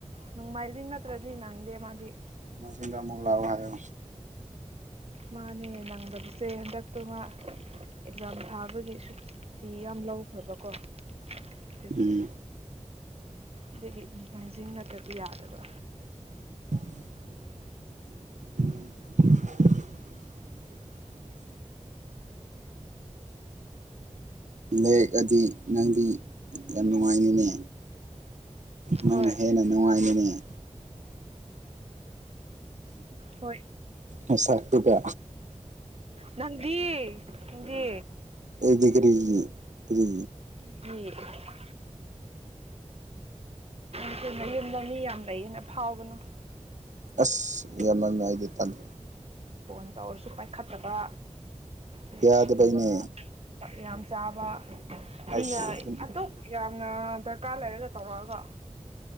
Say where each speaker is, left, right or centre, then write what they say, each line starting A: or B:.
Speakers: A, on the right; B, on the right.
A: ꯅꯣꯡꯃꯥꯏꯖꯤꯡ ꯅꯠꯇ꯭ꯔꯗꯤ ꯅꯪꯗꯦ ꯃꯥꯗꯤ
B: ꯅ‌ꫭꯡꯃꯥꯏꯖꯤꯡꯗ ꯑꯃꯨꯛ ꯂꯥꯎꯑꯣ ꯍꯥꯏꯌꯣ
A: ꯃꯥꯅꯦ ꯅꯪꯗꯕꯁꯦ ꯍꯟꯗꯛꯇꯨ ꯃꯥ ꯑꯦꯛꯖꯥꯝ ꯊꯥꯕꯒꯤꯁꯨ ꯇꯤ ꯌꯥꯝ ꯂꯧꯈ꯭ꯔꯕꯀꯣ ꯑꯗꯨꯒꯤ
B: ꯎꯝ
A: ꯑꯗꯨꯒꯤ ꯅꯣꯡꯃꯥꯏꯖꯤꯡ ꯅꯠꯇ꯭ꯔꯗꯤ ꯌꯥꯗꯕ
B: <inaudible> ꯂꯦꯛꯑꯗꯤ ꯅꯪꯗꯤ ꯌꯥꯝ ꯅꯨꯡꯉꯥꯏꯅꯤꯅꯦ ꯅꯪꯅ
A: ꯍꯣꯏ
B: ꯍꯦꯟꯅ ꯅꯨꯡꯉꯥꯏꯅꯤꯅꯦ
A: ꯍꯣꯏ
B: ꯅꯥꯁꯛꯇꯨꯒꯥ
A: ꯅꯪꯗꯤ ꯅꯪꯗꯤ
B: ꯑꯩꯗꯤ ꯀꯔꯤꯒꯤ ꯀꯔꯤ
A: <inaudible> <unintelligible> ꯌꯨꯝꯗ ꯃꯤ ꯌꯥꯝ ꯂꯩꯌꯦꯅ ꯐꯥꯎꯒꯅꯨ
B: ꯑꯁ ꯒ꯭ꯌꯥꯟ ꯃꯥꯟ ꯅꯥꯏꯗꯦ ꯇꯜꯂꯦ
A: ꯐꯣꯟ ꯇꯧꯔꯁꯨ ꯄꯥꯏꯈꯠꯇꯕ ꯃꯤ
B: ꯌꯥꯗꯕꯩꯅꯦ
A: ꯎꯁꯤꯠꯇꯕ ꯆꯥꯛ ꯌꯥꯝ ꯆꯥꯕ
B: ꯑꯩꯁ
A: ꯃꯤꯅ ꯑꯗꯨꯛ ꯌꯥꯝꯅ ꯗꯔꯀꯥꯔ ꯂꯩꯔꯒ ꯇꯧꯔꯛꯑꯒ